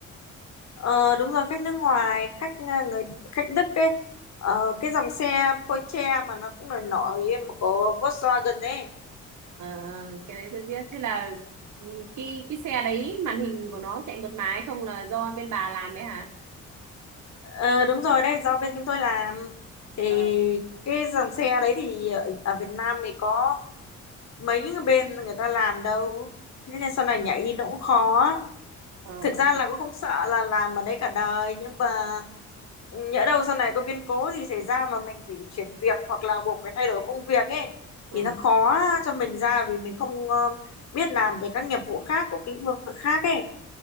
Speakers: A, on the left (about 60°); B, on the right (about 75°).
A: Ờ, đúng rồi khách nước ngoài khách ờ, người khách Đức ấy Ờ, cái dòng xe Porsche mà nó cũng nổi nổi mà của Volkswagen ấy
B: À, cái đấy tôi biết thế là ừm, cái cái xe đấy màn hình của nó chạy mượt mà hay không là do bên bà làm đấy hả?
A: Ờ, đúng rồi đấy, do bên chúng tôi làm thì
B: Ờ,
A: cái dòng xe đấy thì ở, ở Việt Nam thì có mấy cái bên người ta làm đâu. Thế nên sau này nhảy đi nó cũng khó.
B: ờ,
A: Thực
B: ờ.
A: ra là cũng không sợ là làm ở đấy cả đời nhưng mà nhỡ đâu sau này có biến cố gì xảy ra mà mình phải chuyển việc hoặc là buộc phải thay đổi công việc ấy
B: Ừ.
A: thì nó khó cho mình ra vì mình không ờ, biết làm về các nghiệp vụ khác của cái lĩnh vực khác ấy.